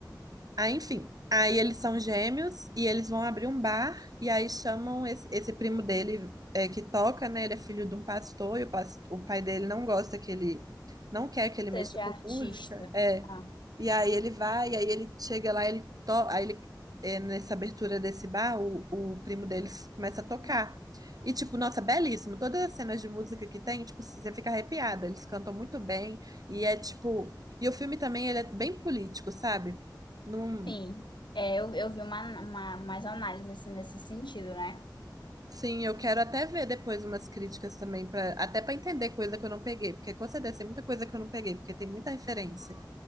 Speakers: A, on the right; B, on the left.
A: Aí, enfim, aí eles são gêmeos e eles vão abrir um bar e aí chamam esse, esse primo dele é, que toca, né? Ele é filho de um pastor e o, pas- o pai dele não gosta que ele, não quer que ele mexa
B: Seja
A: com
B: artista.
A: música. É.
B: Ah,
A: E aí ele vai, e aí ele chega lá, ele to, aí ele é, nessa abertura desse bar, o, o primo deles começa a tocar.
B: uhum.
A: E tipo, nossa, belíssimo. Todas as cenas de música que tem, tipo, você fica arrepiada. Eles cantam muito bem e é tipo, e o filme também ele é bem político, sabe? Não,
B: sim. É, eu, eu vi uma, uma mais análise assim, nesse sentido, né?
A: sim, eu quero até ver depois umas críticas também para até para entender coisa que eu não peguei, porque com certeza tem muita coisa que eu não peguei, porque tem muita referência.